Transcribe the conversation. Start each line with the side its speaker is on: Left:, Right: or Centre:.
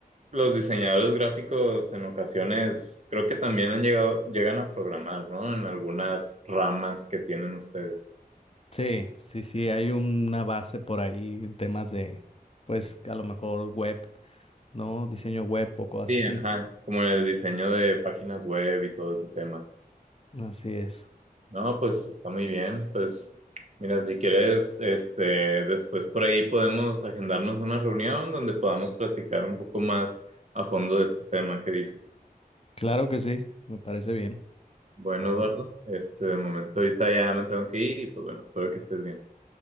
Right: los diseñadores gráficos en ocasiones creo que también han llegado, llegan a programar, ¿no? En algunas ramas que tienen ustedes.
Left: Sí, sí, sí, hay una base por ahí en temas de, pues a lo mejor web, ¿no? Diseño web o cosas
Right: Sí,
Left: así.
Right: ajá, como en el diseño de páginas web y todo ese tema.
Left: Así es.
Right: No, pues está muy bien. Pues mira, si quieres, este, después por ahí podemos agendarnos una reunión donde podamos platicar un poco más a fondo de este tema que dices.
Left: Claro que sí, me parece bien.
Right: Bueno,
Left: Bueno,
Right: Eduardo, este, de momento ahorita ya me tengo que ir y pues bueno, espero que estés bien.